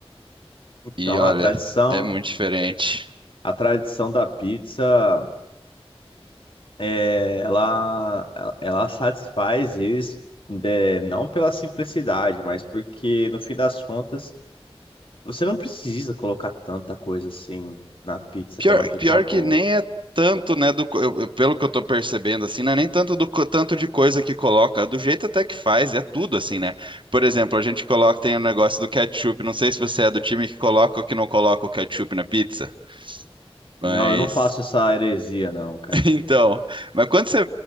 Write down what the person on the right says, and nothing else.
E olha,
é muito diferente.
Pior,
pior
que nem é tanto, né, do, co- eu- eu- pelo que eu tô percebendo, assim, não é nem tanto do co- tanto de coisa que coloca, do jeito até que faz, é tudo assim, né? Por exemplo, a gente coloca, tem o negócio do ketchup, não sei se você é do time que coloca ou que não coloca o ketchup na pizza, mas,
<laughs> então, mas quando você